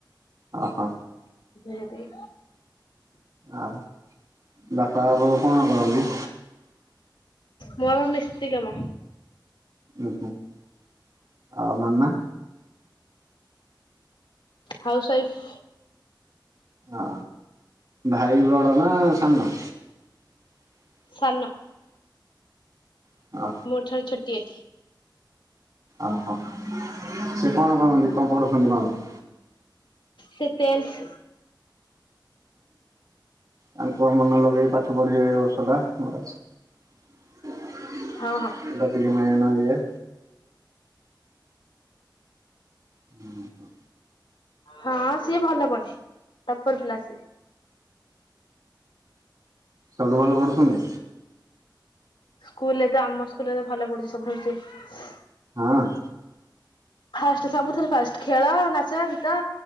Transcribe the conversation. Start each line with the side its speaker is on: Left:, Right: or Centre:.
Right: ଅ ହ।
Left: ସେଇ ସେତିକି।
Right: ଆଉ, ବାପା ବୋଉ କଣ କରନ୍ତି?
Left: ମୋ ବାପା ମିସ୍ତ୍ରୀ କାମ।
Right: ଓ ହୋ ‌ ଆଉ ମାମା।
Left: House wife.
Right: ଆ ଭାଇ ବଡ ନା ସାନ?
Left: ସାନ।
Right: <unintelligible>
Left: ମୋ ଠାର ଛୁଟି ଏଠି।
Right: ଓହୋ ସେ କଣ କରନ୍ତି? କଣ କରୁଛନ୍ତି କଣ?
Left: ସେ ଟେନ୍ଥ
Right: ତାଙ୍କୁ କଣ ମନ ଲଗେଇକି ପାଠ ପଢିିବେ ଏଇବ <unintelligible>
Left: ହଁ ହଁ
Right: ଟିକେ ମେନଇଏ ହୁଁ ହ
Left: ହଁ ସିଏ ଭଲ ପଢ଼େ। ଟପର ପିଲା ସେ।
Right: ସବୁଠୁ ଭଲ ପଢୁଛନ୍ତି?
Left: ସ୍କୁଲରେତ, ଆମ ସ୍କୁଲରେତ ଭଲ ପଢୁଛି ସବୁଠାରୁ ସିଏ।
Right: ହଁ ଅଁ
Left: ଫାଷ୍ଟ ସବୁଥିରେ ଫାଷ୍ଟ। ଖେଳ, ନାଚ, ଗୀତ,